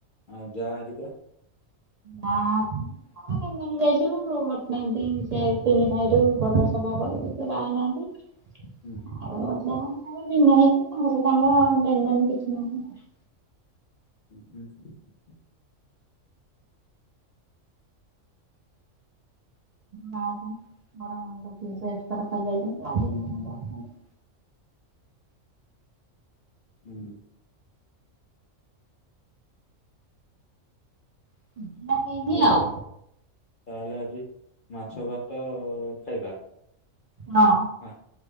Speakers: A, on the left; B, on the right.
A: ଆଉ ଯା ହେରିକା?
B: ନା <inaudible> <unintelligible> ଯାଇଚୁ ବଟ ନେ ଏମତି ସେ ତିନି ଭାଇରୁ ବଡ ସଭା ବଡ ଯିଏ ସେ ବାହା ହେଇନାହାନ୍ତି।
A: ହୁଁ
B: ଆଉ କ ଭିନେ ହେଇଚୁ ତାଙ୍କ ସହିତ ଆମର ଲେନ ଦେନ କିଛି ନାହିଁ।
A: <inaudible>
B: ମା ଆଛନ୍ତି ବଡ ନଣନ୍ଦ ଯିଏ ଏକ୍ସପାଡ କରିଯାଇଛନ୍ତି ଆଉ ଦି ନଣନ୍ଦ ଅଛନ୍ତି।
A: ହୁଁ।
B: <inaudible>
A: ହେଲା
B: ଆଉ
A: ଆଜି ତାହେଲେ ଆଜି ମାଛ ଭାତ ଖାଇବା।
B: ହଁ।
A: ହ